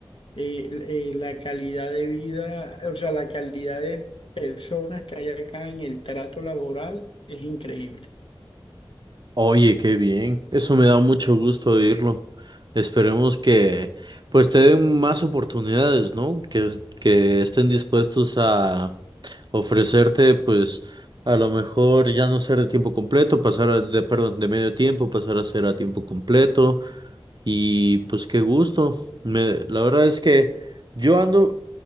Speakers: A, on the left; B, on the right.
A: Eh, eh, la calidad de vida, o sea, la calidad de personas que hay acá en el trato laboral es increíble.
B: Oye, qué bien. Eso me da mucho gusto oírlo. Esperemos que pues te den más oportunidades, ¿no? Que, que estén dispuestos a ofrecerte pues a lo mejor ya no ser de tiempo completo, pasar a- de, perdón, de medio tiempo, pasar a ser a tiempo completo. Y pues qué gusto. Me, la verdad es que yo ando